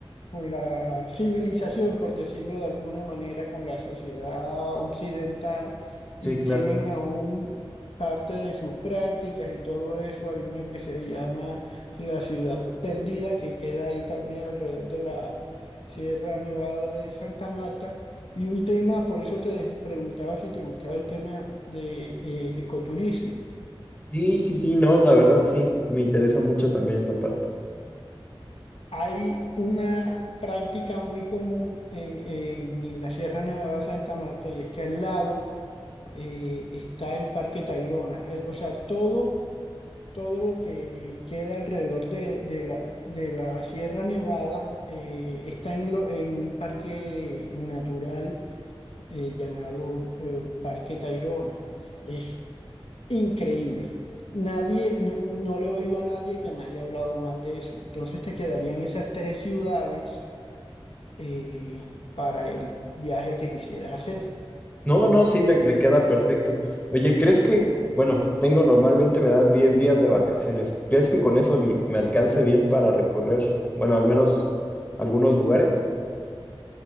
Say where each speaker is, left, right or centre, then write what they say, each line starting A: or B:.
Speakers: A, on the left; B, on the left.
A: con la civilización, por decirlo de alguna manera, con la sociedad occidental
B: Sí,
A: y
B: claro.
A: tienen aún parte de sus prácticas y todo eso. Hay una que se llama la ciudad perdida que queda ahí también alrededor de la Sierra Nevada de Santa Marta. Y un tema, por eso te des- preguntaba si te gustaba el tema de eh, ecoturismo.
B: Sí, sí, sí, no, la verdad sí. Me interesa mucho también esa parte.
A: Hay una práctica muy común en, en- en la Sierra Nevada de Santa Marta y es que al lado eh, está el Parque Tayrona. El- o sea, todo, todo lo que queda alrededor de, de la, de la Sierra Nevada eh, está en, lo- en un parque natural eh, llamado eh, Parque Tayrona. Es increíble. Nadie, no, no le he oído a nadie que me haya hablado mal de eso. Entonces te quedarían esas tres ciudades eh, para el viaje que quisieras hacer.
B: No, no, sí, me, me queda perfecto. Oye, ¿crees que, bueno, tengo normalmente me dan 10 días de vacaciones. ¿Crees que con eso m- me alcance bien para recorrer, bueno, al menos algunos lugares?